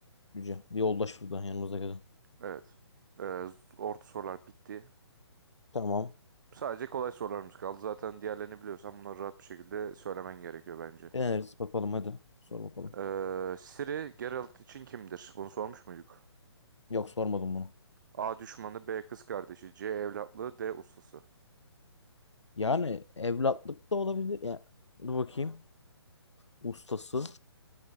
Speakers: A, on the left; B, on the right.
A: Cüce. Bir yoldaş buradan yanımızda gelen.
B: Evet. Ee, z- orta sorular bitti.
A: Tamam.
B: Sadece kolay sorularımız kaldı. Zaten diğerlerini biliyorsan bunları rahat bir şekilde söylemen gerekiyor bence.
A: Deneriz bakalım hadi. Sor bakalım.
B: Ee, Siri Geralt için kimdir? Bunu sormuş muyduk?
A: Yok sormadım bunu.
B: A düşmanı, B kız kardeşi, C evlatlığı, D ustası.
A: Yani evlatlık da olabilir. Ya, dur bakayım. Ustası.